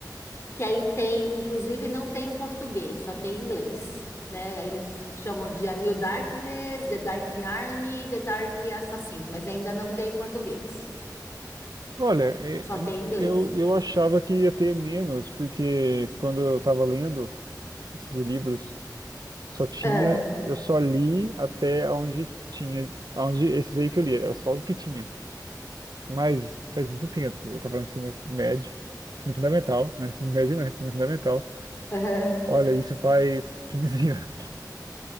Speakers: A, on the left (about 40°); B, on the right (about 65°).
A: que aí tem, inclusive, não tem em português, só tem em inglês, né? Aí eles chamam de A New Darkness, The Dark Army, The Dark Assassin, mas ainda não tem em português,
B: Olha, é,
A: só tem
B: é,
A: em
B: eu,
A: inglês.
B: eu achava que ia ter menos, porque quando eu estava lendo esses livros, só tinha,
A: Ah,
B: eu só li até onde tinha, onde esses aí que eu li, era só o que tinha. Mas faz muito tempo, eu estava no ensino médio, ensino fundamental, né? Ensino médio não, ensino fundamental.
A: aham.
B: Olha, isso faz quinze anos,